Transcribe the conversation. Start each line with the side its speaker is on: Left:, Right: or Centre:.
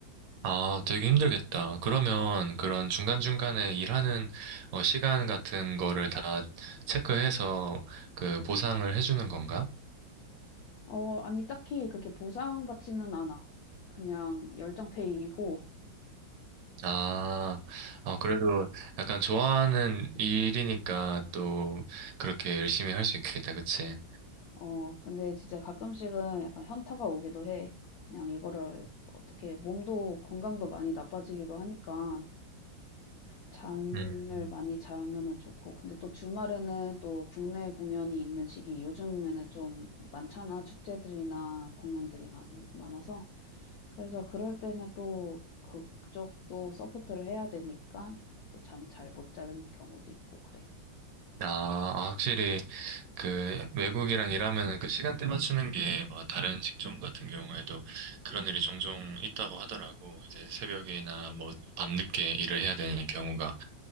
Right: 아, 되게 힘들겠다. 그러면 그런 중간중간에 일하는 어, 시간 같은 거를 다 체크해서 그 보상을 해주는 건가?
Left: 어 아니 딱히 그렇게 보상받지는 않아. 그냥 열정 페이이고
Right: 아, 어, 그래도 약간 좋아하는 일이니까 또 그렇게 열심히 할 수 있겠다, 그치?
Left: 어 근데 진짜 가끔씩은 약간 현타가 오기도 해. 그냥 이거를 어떻게 몸도 건강도 많이 나빠지기도 하니까 잠을
Right: 음.
Left: 많이 자면은 좋고 근데 또 주말에는 또 국내 공연이 있는 시기 요즘에는 좀 많잖아. 축제들이나 공연들이 많, 많아서 그래서 그럴 때는 또 그쪽도 서포트를 해야 되니까 또 잠 잘 못 자는 경우도 있고 그래.
Right: 아, 아, 확실히 그 외국이랑 일하면은 그 시간대 맞추는 게 뭐 다른 직종 같은 경우에도 그런 일이 종종 있다고 하더라고. 이제 새벽이나 뭐 밤늦게 일을 해야 되는 경우가.